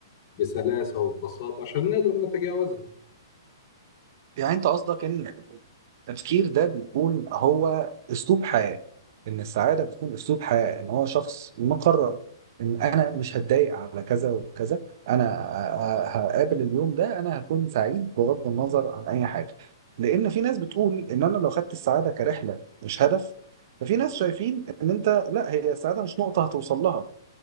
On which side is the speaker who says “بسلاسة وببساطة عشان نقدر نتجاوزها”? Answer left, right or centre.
Left